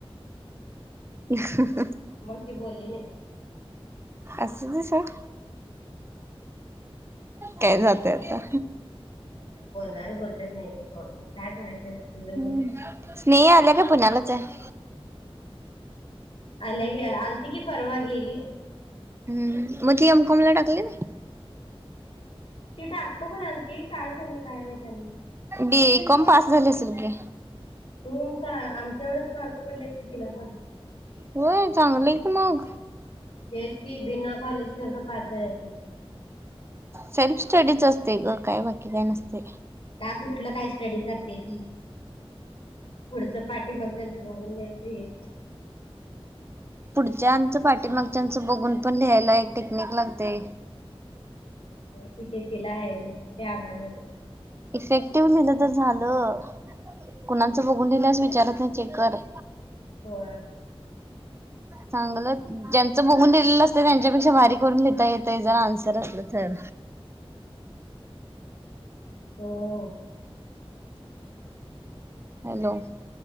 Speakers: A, on the right (about 25°); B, on the left (about 60°).
A: ह
B: मग ती बोलली नाही.
A: असूदे सोड. काय जातं आता.
B: होय बोलणारे बोलतच नाही तर सोडत काय करायचं. तुझं घेऊन
A: हम्म स्नेही आल्या काय पुण्यालाच आहे??
B: आल्या ग्या आलती की परवा गेली.
A: हम् मग ती यामकोम टाकली ना
B: ती टाकतो म्हणालती काय झालं काय वेळ झाली.
A: बीकम पास झाले सलगी.
B: तू का आमच्या एवढंच मारक पडलेत की तिला पण
A: होय चांगलं आहे का मग.
B: तेच की बिना कॉलेज करता पास झाल्या ते.
A: सेल्फ स्टडीच असते ग काय बाकी काय नसते.
B: का कुठलं काय स्टडी करते ती पुढचं पाठ मग त्याच बघून जायेत य
A: पुढच्याचं पाठीमागच्यांचं बघून पण लिहायला एक टेक्निक लागते.
B: हो हो किती तिला आहे नि त्या आम्हानाने
A: इफेक्टिव्ह ललं तर झालं कुणा बघून दिेल्यास विचारत नाही चेकर
B: होय.
A: चांगलं ज्यांचं बघून दिेहिलेलं असत त्यांच्यापेक्षा भारी करून लिहिता येतय जर आन्सर असलं तर
B: होम.
A: हॅलो.